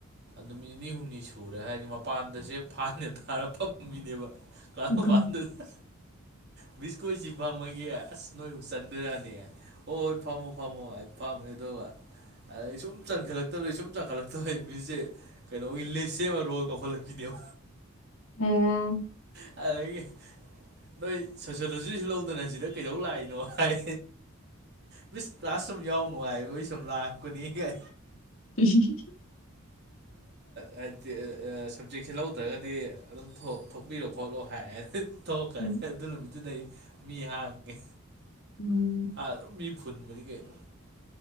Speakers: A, on the right; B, on the left.
A: ꯅꯨꯃꯤꯠ ꯅꯤꯅꯤ ꯍꯨꯝꯅꯤ ꯁꯨꯔꯦ ꯍꯥꯏꯗꯤ ꯃꯄꯥꯟꯗꯁꯦ ꯐꯥꯟꯒ ꯊꯥꯔꯒ ꯐꯝ ꯐꯝꯃꯤꯅꯦꯕ ꯀ꯭ꯂꯥꯁ
B: ꯎꯝ,
A: ꯄꯥꯟꯗꯨꯗ ꯃꯤꯁꯈꯣꯏꯁꯤ ꯐꯥꯝꯃꯒꯦ ꯑꯁ ꯅꯣꯏꯕꯨ ꯆꯟꯗꯣꯏꯔꯅꯦ ꯍꯣꯏ ꯐꯝꯃꯣ ꯐꯝꯃꯣ ꯑꯩ ꯐꯝꯃꯦ ꯑꯗꯨꯒ ꯑꯗꯩ ꯁꯨꯝ ꯆꯟꯈꯠꯂꯛꯇꯕꯩ ꯁꯨꯝ ꯆꯟꯈꯠꯂꯛꯕꯩ ꯃꯤꯁꯁꯦ ꯀꯩꯗꯧꯏ ꯂꯤꯁꯁꯦ ꯑꯃ ꯔꯣꯜ ꯀꯧꯈꯠꯂꯛꯄꯤꯅꯦꯕ
B: ꯍꯦꯔ
A: ꯑꯗꯒꯤ ꯅꯣꯏ ꯁꯣꯁꯤꯌꯣꯂꯣꯖꯤꯁꯨ ꯂꯧꯗꯅ ꯁꯤꯗ ꯀꯩꯗꯧ ꯂꯥꯛꯏꯅꯣ ꯍꯥꯏ ꯃꯤꯁ ꯀ꯭ꯂꯥꯁ ꯁꯨꯝ ꯌꯥꯎ ꯅꯨꯡꯉꯥꯏꯕꯒꯤ ꯁꯨꯝ ꯂꯥꯛꯄꯅꯤ ꯀꯥꯏ
B: <inaudible>
A: ꯍꯥꯏꯗꯤ ꯁꯞꯖꯦꯛꯁꯦ ꯂꯧꯗ꯭ꯔꯥꯒꯗꯤ ꯑꯗꯨꯝ ꯊꯣꯛꯄꯤꯔꯣ ꯈꯣꯠꯂꯣ ꯍꯥꯏꯌꯦ ꯊꯣꯛꯈ꯭ꯔꯦ
B: ꯎꯝ
A: ꯑꯗꯨ ꯅꯨꯃꯤꯠꯇꯨꯗꯩ ꯃꯤ ꯍꯥꯡꯉꯦ
B: ꯎꯝ꯫
A: ꯑꯗꯨꯝ ꯃꯤ ꯐꯨꯟꯕꯅꯤ ꯀꯩꯅꯣ